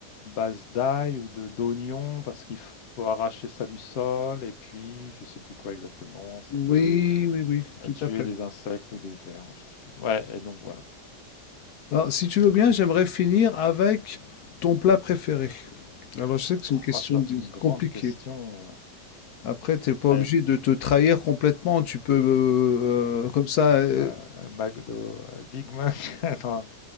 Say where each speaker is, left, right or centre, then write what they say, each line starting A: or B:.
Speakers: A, on the left (about 55°); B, on the left (about 70°).
A: à base d'ail ou de d'oignons parce qu'il faut arracher ça du sol et puis je sais plus quoi exactement. Ça
B: Oui,
A: peut
B: oui, oui, tout
A: euh, tuer
B: à fait.
A: des insectes ou des vers, je sais plus. Ouais, et donc voilà.
B: Alors, si tu veux bien, j'aimerais finir avec ton plat préféré. Alors, je sais que c'est une question
A: Oh, ça
B: di-
A: c'est une grande
B: compliquée.
A: question. euh,
B: Après, t'es pas obligé
A: à
B: de te trahir complètement. Tu peux, euh, euh, comme ça, euh,
A: Ouais, euh, McDo, euh, Big Mac. <laughs> Non,